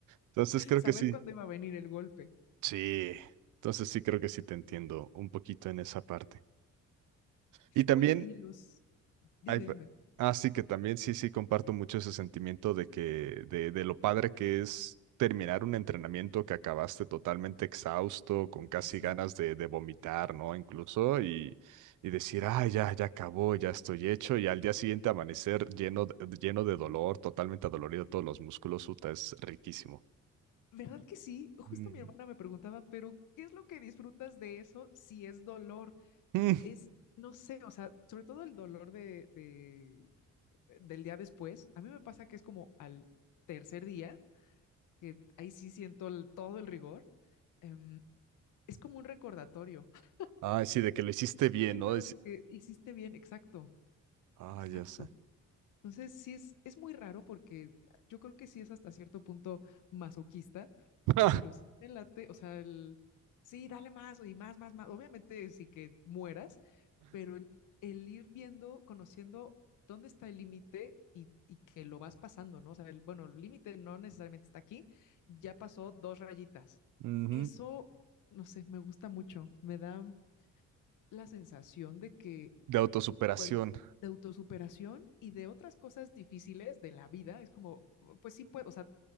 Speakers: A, on the right; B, on the left.
A: Entonces creo
B: Saber
A: que sí.
B: cuándo iba a venir el golpe.
A: Sí. Entonces sí creo que sí te entiendo un poquito en esa parte. Y también
B: Oye, y los... Dime,
A: Ay, pe-
B: dime.
A: ah, sí, que también sí, sí, comparto mucho ese sentimiento de que, de, de lo padre que es terminar un entrenamiento que acabaste totalmente exhausto, con casi
B: Ay, sí.
A: ganas de, de vomitar, ¿no? Incluso, y, y decir, ah, ya, ya acabó, ya estoy hecho, y al día siguiente amanecer lleno, de- lleno de dolor, totalmente adolorido todos los músculos, uta, es riquísimo.
B: ¿Verdad que sí? Justo
A: Mm.
B: mi hermana me preguntaba, pero ¿qué es lo que disfrutas de eso si es dolor?
A: Mm.
B: es, no sé, o sea, sobre todo el dolor de, de- eh, del día después, a mí me pasa que es como al tercer día, que ahí sí siento el- todo el rigor, em, es como un recordatorio. <laughs>
A: Ay, sí, de que lo hiciste
B: Es
A: bien,
B: muy
A: ¿no?
B: raro
A: Deci-
B: de que hiciste bien, exacto,
A: ah,
B: exacto.
A: ya sé.
B: Entonces, sí es, es muy raro porque yo creo que sí es hasta cierto punto masoquista,
A: <laughs>
B: pero sí me late, o sea, el, sí, dale más y más, más, más, obviamente sí que mueras, pero el, el ir viendo, conociendo dónde está el límite y, y que lo vas pasando, ¿no? O sea, el, bueno, el límite no necesariamente está aquí, ya pasó dos rayitas.
A: Ujú.
B: Eso, no sé, me gusta mucho, me da la sensación de que
A: De autosuperación.
B: cual- de autosuperación y de otras cosas difíciles de la vida, es como, "Oh, pues sí puedo, o sea,